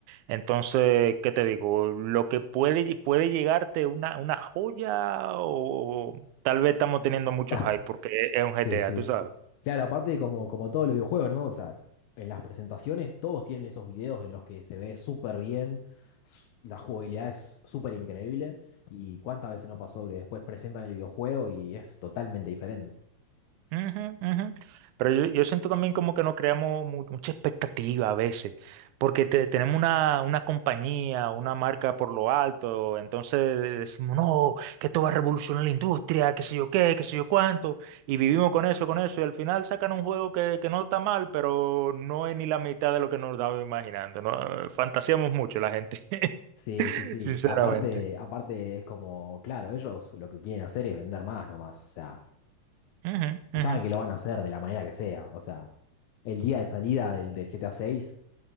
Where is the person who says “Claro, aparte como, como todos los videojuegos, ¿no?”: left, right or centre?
Left